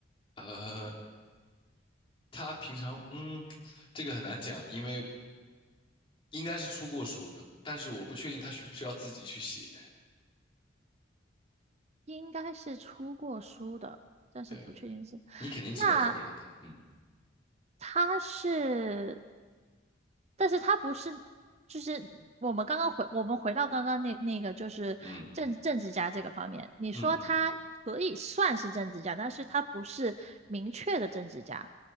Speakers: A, on the left; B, on the right.
A: 呃，他平常嗯，这个很难讲，因为应该是出过书的，但是我不确定他需不需要自己去写。
B: 应该是出过书的，但是不确定是。
A: 对，你肯定知道这个人的，
B: 那
A: 嗯
B: 他是，但是他不是，就是我们刚刚回，我们回到刚刚那那个就是政政治家这个方面，
A: 嗯
B: 你说他可以算是政治家，
A: 嗯。
B: 但是他不是明确的政治家，